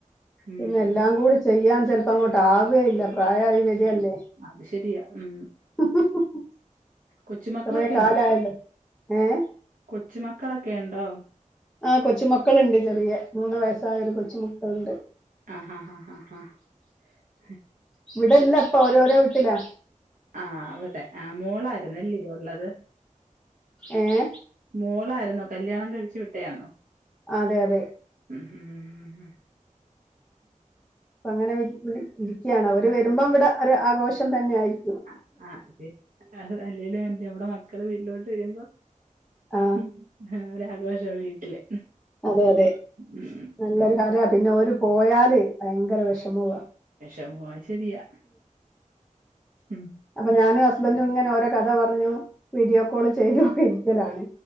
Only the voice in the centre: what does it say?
പിന്നെല്ലാം കൂടി ചെയ്യാൻ ചെലപ്പങ്ങോട്ട് ആവേയില്ല പ്രായായി വെരല്ലേ?
ഹ ഹ ഹ ഹ
കൊറേ കാലായില്ലോ ഏഹ്
ആ കൊച്ചുമക്കള്ണ്ട് ചെറിയ മൂന്ന് വയസ്സായൊരു കൊച്ചുമക്കളുണ്ട്.
ഇവിടെല്ല ഇപ്പൊ ഓരോരോ വീട്ടിലാ
ഏഹ്
അതെ അതെ
ഇപ്പങ്ങനെ വെെൽ ല് ഇരിക്കിയാണ വര് വരുമ്പം ഇവിടെ ഒര്ആഘോഷം തന്നെയായിരി
ആ
അതെ അതെ
നല്ലൊരു കാര്യാ പിന്നെ ഓര് പോയാല് ഭയങ്കര വെഷമുവാ
അപ്പൊ ഞാനും ഹസ്ബൻഡും ഇങ്ങനെ ഓരോ കഥ പറഞ്ഞ് വീഡിയോ കോള് ചെയ്തും ഒക്കെ ഇരിക്കലാണ്